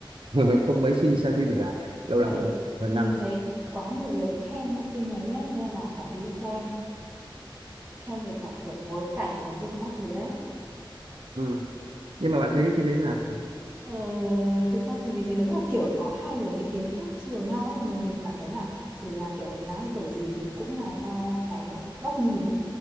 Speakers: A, on the right; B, on the right.
A: <laughs> không mấy khi xem phim ở rạp lâu lắm
B: Tại vì
A: rồi đấy gần
B: mình
A: năm
B: thấy quá nhiều lời khen cho phim đấy ấy, nên là phải đi xem. Khen về cả kiểu bối cảnh, nội dung các thứ ấy.
A: ừ. nhưng mà bạn thấy phim đấy thế nào
B: Ờ, thực ra thì mình thấy đúng là kiểu có hai luồng ý kiến khác chiều nhau ấy. Nhưng mà mình cảm thấy là dù là kiểu đánh giá thì kiểu gì thì cũng là do cái à, góc nhìn ấy